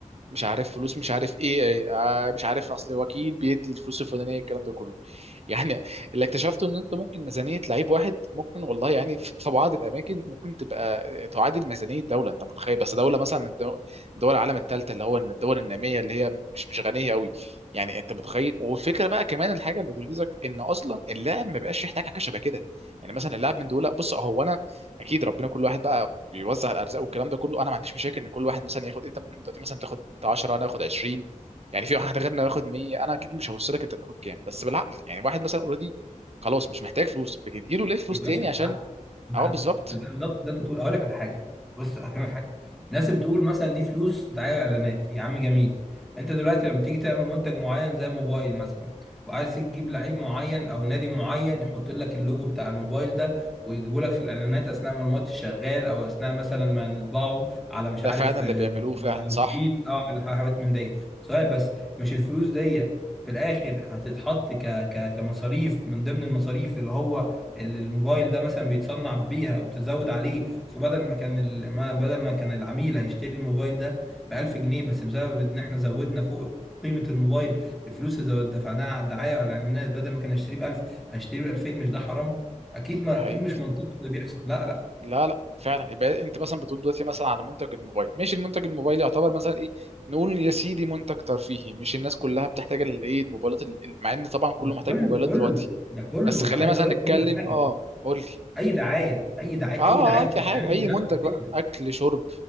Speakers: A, on the right (about 50°); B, in the centre.
A: مش عارف فلوس مش عارف ايه ايه آه، مش عارف اصل وكيل بيدي الفلوس الفلانيه الكلام ده كله <laughs> يعني اللي اكتشفته ان انت ممكن ميزانيه لعيب واحد ممكن والله يعني في في بعض الاماكن ممكن تبقى آه، تعادل ميزانيه دوله انت متخيل بس دوله مثلا من دو- دول العالم الثالثه اللي هو الدول الناميه اللي هي مش مش غنيه قوي يعني انت متخيل والفكره بقى كمان الحاجه اللي تغيظك ان اصلا اللاعب ما بقاش يحتاج حاجه شبه كده يعني مثلا اللاعب من دول بص هو انا اكيد ربنا كل واحد بقى بيوزع الارزاق والكلام ده كله انا ما عنديش مشاكل ان كل واحد مثلا ياخد انت ممكن دلوقتي مثلا تاخد انت 10 انا اخد 20 يعني في واحد غيرنا ياخد 100 انا اكيد مش هوصلك انت تاخد كام بس بالعقل يعني واحد مثلا اوريدي خلاص مش محتاج فلوس بتديله ليه فلوس
B: يا باشا
A: تاني
B: بالعقل
A: عشان
B: بالعقل
A: اه بالظبط
B: بالعقل بالظبط زي ما انت بتقول اقول لك على حاجه بص هفهمك حاجه الناس اللي بتقول مثلا دي فلوس دعايه واعلانات يا عم جميل انت دلوقتي لما تيجي تعمل منتج معين زي موبايل مثلا وعايز تجيب لعيب معين او نادي معين يحط لك اللوجو بتاع الموبايل ده ويجيبوا لك في الاعلانات اثناء ما الماتش شغال او اثناء مثلا ما نطبعه على مش
A: ده
B: عارف
A: فعلا اللي
B: آه،
A: بيعملوه فعلا
B: على الاتوبيس
A: صح
B: او على حاجات من دي سؤال بس مش الفلوس دي في الاخر هتتحط ك... ك... كمصاريف من ضمن المصاريف اللي هو اللي الموبايل ده مثلا بيتصنع بيها وتزود عليه فبدل ما كان ال... ما بدل ما كان العميل هيشتري الموبايل ده ب 1000 جنيه بس بسبب ان احنا زودنا فوق قيمة الموبايل الفلوس اللي زود- دفعناها على الدعاية على الإعلانات بدل ما كان يشتريه ب 1000 هيشتريه ب 2000 مش ده حرام؟ أكيد ما
A: ده حقيقي
B: أكيد مش منطقي اللي بيحصل لا لا
A: لا لا فعلا يبقى انت مثلا بتقول دلوقتي مثلا على منتج الموبايل ماشي المنتج الموبايل يعتبر مثلا ايه نقول يا سيدي منتج ترفيهي مش الناس كلها بتحتاج الايه الموبايلات ال- ال- مع ان طبعا كله
B: ده
A: محتاج
B: كله
A: موبايلات
B: كله
A: دلوقتي
B: ده كله
A: بس خلينا
B: أنا عايز
A: مثلا
B: أقول لك
A: نتكلم
B: كل حاجة
A: اه قول لي
B: أي دعاية أي دعاية
A: اه
B: أي دعاية
A: آه،
B: بتتعمل
A: اي حاجه اي
B: بنفس
A: منتج
B: الفكرة
A: بقى اكل شرب